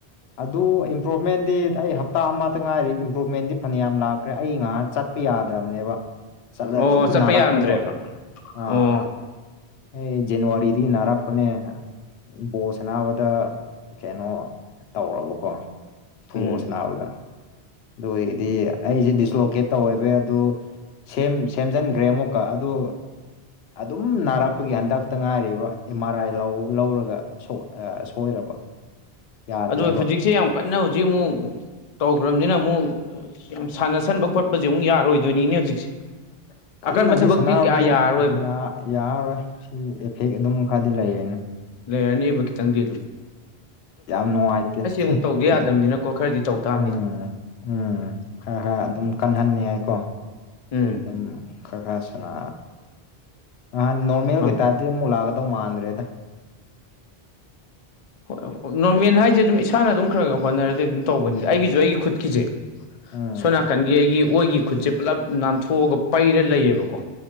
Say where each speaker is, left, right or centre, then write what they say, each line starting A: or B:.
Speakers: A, on the left; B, on the left.
A: ꯑꯗꯨ ꯏꯝꯄ꯭ꯔꯨꯚꯃꯦꯟꯗꯤ ꯑꯩ ꯍꯞꯇꯥ ꯑꯃꯇ ꯉꯥꯏꯔꯤ ꯏꯝꯄ꯭ꯔꯨꯚꯃꯦꯟꯗꯤ ꯐꯅꯌꯥꯝ ꯂꯥꯛꯈ꯭ꯔꯦ ꯑꯩ ꯉꯍꯥꯟ ꯆꯠ ꯆꯠꯄ ꯌꯥꯗ꯭ꯔꯕꯅꯦꯕ ꯆꯠꯂ ꯑꯗꯨꯝ
B: ꯑꯣ ꯆꯠꯄ
A: ꯅꯥꯔꯛꯄꯗꯣ
B: ꯌꯥꯔꯝꯗ꯭ꯔꯦꯕ
A: ꯑꯥ
B: ꯑꯣ
A: ꯑꯩ ꯖꯅꯋꯥꯔꯤꯗꯒꯤ ꯅꯥꯔꯛꯄꯅꯦ ꯕꯣꯟ ꯁꯥꯅꯕꯗ ꯀꯩꯅꯣ ꯇꯧꯔꯕꯀꯣ ꯐꯨꯕꯣꯜꯁ
B: ꯎꯝ
A: ꯅꯥꯕꯗ ꯑꯗꯨ ꯑꯣꯏꯒꯤꯗꯤ ꯑꯩꯁꯦ ꯗꯤꯁꯂꯣꯀꯦꯠ ꯇꯧꯋꯦꯕ ꯑꯗꯨ ꯁꯦꯝ ꯁꯦꯝꯖꯤꯟꯈ꯭ꯔꯦ ꯑꯃꯨꯛꯀ ꯑꯗꯨ ꯑꯗꯨꯝ ꯅꯥꯔꯛꯄꯒꯤ ꯍꯟꯗꯛꯇ ꯉꯥꯏꯔꯤꯕ ꯑꯦꯝ ꯑꯥꯔ ꯑꯥꯏ ꯂꯧꯔꯒ ꯁꯣꯏꯔꯕ ꯌꯥꯗ꯭ꯔꯦꯕ
B: ꯑꯗꯣ ꯍꯧꯖꯤꯛꯁꯦ ꯌꯥꯝ ꯀꯟꯅ ꯍꯧꯖꯤꯛ ꯑꯃꯨꯛ ꯇꯧꯈ꯭ꯔꯕꯅꯤꯅ ꯑꯃꯨꯛ ꯌꯥꯝ ꯁꯥꯟꯅꯁꯟꯕ ꯈꯣꯠꯄꯁꯦ ꯑꯃꯨꯛ ꯌꯥꯔꯣꯏꯗꯣꯏꯅꯤꯅꯦ ꯍꯧꯖꯤꯛꯁꯦ
A: ꯀꯟꯅꯗꯤ
B: ꯑꯀꯟꯕ ꯊꯕꯛꯇꯤ
A: ꯁꯥꯟꯕꯨꯗꯤ
B: ꯀꯌꯥ ꯌꯥꯔꯔꯣꯏꯕ
A: ꯌꯥꯔꯔꯣꯏ ꯁꯤ ꯏꯐꯦꯛ ꯑꯗꯨꯝ ꯈꯔꯗꯤ ꯂꯩꯌꯦꯅ
B: ꯂꯩ ꯑꯅꯤꯕ ꯆꯪꯤ
A: ꯌꯥꯝ ꯅꯨꯡꯉꯥꯏꯇꯦ
B: ꯑꯃꯨꯛ ꯇꯧꯗ
A: <unintelligible>
B: ꯌꯥꯗꯕꯅꯤꯅꯀꯣ ꯈꯔꯗꯤ ꯇꯧ ꯇꯥꯕꯅꯤ
A: ꯎꯝ ꯎꯝ ꯈꯔ ꯈꯔ ꯑꯗꯨꯝ ꯀꯟꯍꯟꯅꯤꯡꯉꯥꯏꯀꯣ
B: ꯎꯝ
A: ꯎꯝ ꯈꯔ ꯈꯁꯅꯥ ꯉꯍꯥꯟ ꯅꯣꯔꯃꯦꯜꯒ
B: ꯃꯥꯅꯦ
A: ꯇꯥꯏꯞꯇ <unintelligible> ꯃꯨꯂꯥꯒꯗꯧ ꯃꯥꯥꯟꯗ꯭ꯔꯦꯗ
B: ꯍꯣꯏ ꯅꯣꯔꯃꯦꯜ ꯍꯥꯏꯁꯦ ꯑꯗꯨꯝ ꯏꯁꯥꯅ ꯑꯗꯨꯝ ꯈꯔ ꯈꯔ ꯍꯣꯠꯅꯔꯗꯤ ꯑꯗꯨꯝ ꯇꯧꯕꯅꯤꯗ ꯑꯩꯒꯤꯁꯨ ꯑꯩꯒꯤ ꯈꯨꯠꯀꯤꯖꯦ
A: ꯎꯝ
B: ꯁꯣꯝ ꯅꯥꯀꯟꯒꯤ ꯑꯩꯒꯤ ꯑꯣꯏꯒꯤ ꯈꯨꯠꯁꯦ ꯄꯨꯜꯂꯞ ꯅꯥꯟꯊꯣꯛꯑꯒ ꯄꯩꯔ ꯂꯩꯌꯦꯕꯀꯣ